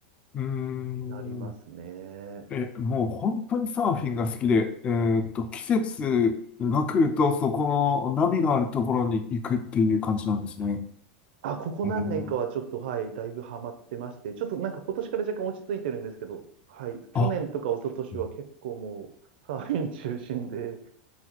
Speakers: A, on the left; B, on the right.
A: うーん
B: なりますね。
A: え、もう本当にサーフィンが好きで、えーっと、季節が来ると、そこの波があるところに行くっていう感じなんですね。
B: あ、ここ何年かはちょっと、
A: えー
B: はい、だいぶハマってまして、ちょっとなんか今年から若干落ち着いてるんですけど、はい、去年とか一昨年は結構もう、
A: あ、うん
B: サーフィン中心で